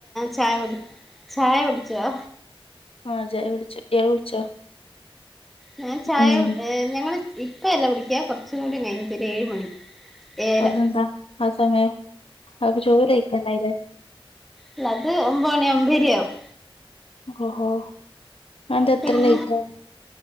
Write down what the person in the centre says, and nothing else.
ചായ ചായ കുടിച്ചുവൊ
ഞാൻ ചായ
<unintelligible> ഞങ്ങള് ഇപ്പ അല്ല കുടിക്കാ കുറച്ചും കൂടി കഴിഞ്ഞിട്ട് ഒരു ഏഴ് മണി ഏഴര
അല്ലത് ഒമ്പ മണിയാവുമ്പോ ഇരിയാവും
പിന്നെ